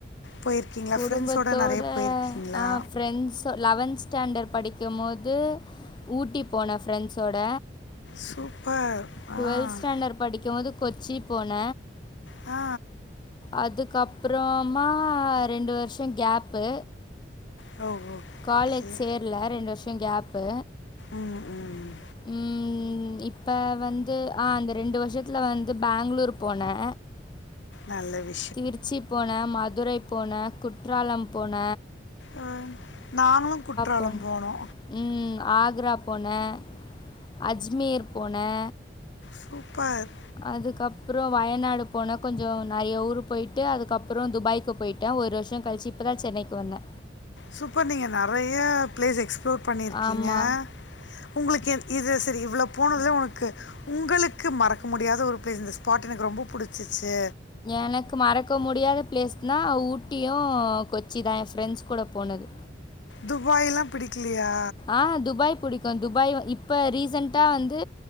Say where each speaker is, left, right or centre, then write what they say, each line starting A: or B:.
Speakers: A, on the left (about 80°); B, on the left (about 25°).
A: போயிருக்கீங்களா
B: குடும்பத்தோட
A: ஃப்ரெண்ட்ஸோட நறைய போயிருக்கீங்களா
B: ஆ ஃப்ரெண்ட்ஸ் லெவன்த் ஸ்டாண்டர்ட் படிக்கம் போது ஊட்டி போனே ஃப்ரெண்ட்ஸோட
A: சூப்பர்
B: டுவெல்த்
A: ஆ
B: ஸ்டாண்டர்ட் படிக்கம் போது கொச்சி போன
A: ஆ
B: அதுக்கப்புறமா ரெண்டு வருஷோ கேப்பு
A: ஓ ஓகே
B: காலேஜ் சேர்ல ரெண்டு வருஷோ கேப்பு
A: ம் ம்
B: ம் இப்ப வந்து ஆ அந்த ரெண்டு வருஷத்துல வந்து பேங்ளூர் போனே
A: நல்லது
B: திருச்சி போன மதுரை போன குற்றாலம் போன
A: அ நாங்களு குற்றாலம்
B: போனேன்.
A: போனோ
B: ம் ஆக்ரா போனே அஜ்மீர் போனே
A: சூப்பர்
B: அதுக்கப்றோ வயநாடு போன கொஞ்சோ நறைய ஊர் போயிட்டு அதுக்கப்றோ துபாய்க் கு போயிட்டே ஒரு வருஷோ கழிச்சு இப்பதா சென்னைக்கு வந்தே
A: சூப்பர் நீங்க நறைய பிளேஸ் எக்ஸ்ப்ளோர் பண்ணியிருக்கீங்க
B: ஆமா.
A: உங்களுக்கு என் இது சரி இவ்ளவு போனதுல உனக்கு உங்களுக்கு மறக்க முடியாத ஒரு பிளேஸ் இந்த ஸ்பாட் எனக்கு ரொம்ப பிடிச்சிச்சு
B: எனக்கு மறக்க முட் முடியாத பிளேஸ்னா ஊட்டியு கொச்சி தா என் ஃப்ரெண்ட்ஸ் கூட போனது
A: துபாய்ல்லா பிடிக்லையா
B: ஆ துபாய் புடிக்கு துபாய் இப்போ ரீசெண்டட்டா வந்து